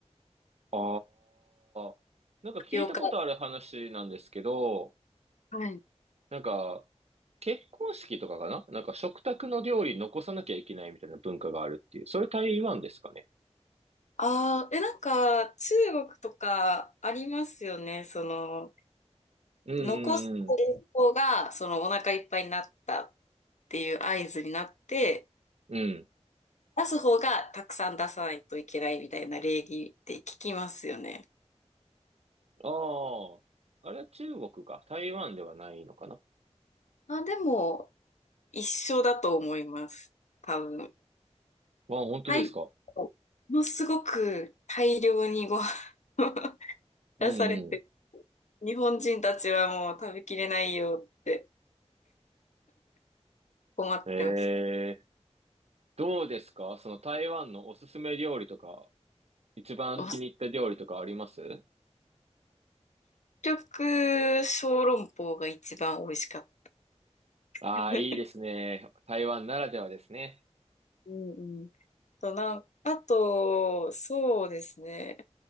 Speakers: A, on the right; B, on the left.
A: ああ、なんか聞いたことある話なんですけど、
B: タピオカ。はい。
A: なんか結婚式とかかななんか食卓の料理残さなきゃいけないみたいな文化があるっていう。それ台湾ですかね
B: ああ、え、なんか中国とかありますよね。その、
A: うんうんうん。
B: 残す方がそのお腹いっぱいになったっていう合図になって、
A: うん。
B: 出す方がたくさん出さないといけないみたいな礼儀って聞きますよね。
A: ああ。あれは中国か。台湾ではないのかな。あ、
B: あ、でも、一緒だと思います。多分。
A: 本当ですか。
B: はい。ものすごく大量にご飯を <laughs>
A: うん
B: 出されて、日本人たちはもう食べきれないよって困ってました。
A: うん。ええ。どうですかその台湾のおすすめ料理とか、一番気に入った料理とかあります
B: お食小籠包が一番美味しかった。
A: ああー、
B: <laughs>
A: いいですね。台湾ならではですね。
B: うんうん。と、なん、あと、そうですね。